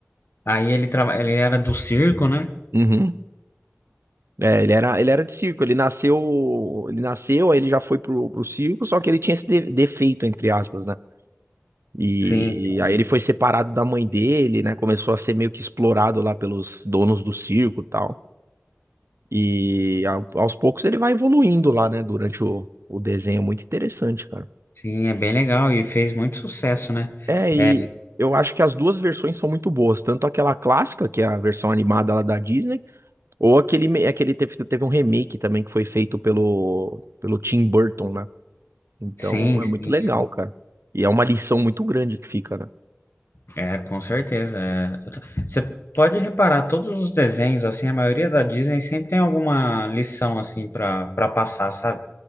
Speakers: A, on the left (about 60°); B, on the right (about 75°).
A: aí ele, traba- ele era do circo, né?
B: Uhum. É, ele era, ele era de circo, ele nasceu, ele nasceu, aí ele já foi pro, pro circo, só que ele tinha esse de- defeito, entre aspas, né? E
A: Sim, sim.
B: aí ele foi separado da mãe dele, né? Começou a ser meio que explorado lá pelos donos do circo e tal. E a- aos poucos ele vai evoluindo lá, né? Durante o, o desenho. é Muito interessante, cara.
A: Sim, é bem legal e fez muito sucesso, né?
B: É, e
A: É,
B: eu acho que as duas versões são muito boas. Tanto aquela clássica, que é a versão animada lá da Disney, ou aquele, me- aquele teve, teve um remake também que foi feito pelo, pelo Tim Burton, né? Então
A: sim,
B: é
A: sim,
B: muito legal,
A: sim.
B: cara. E é uma lição muito grande que fica, né?
A: É, com certeza. é. Você pode reparar, todos os desenhos, assim, a maioria da Disney sempre tem alguma lição, assim, para para passar, sabe?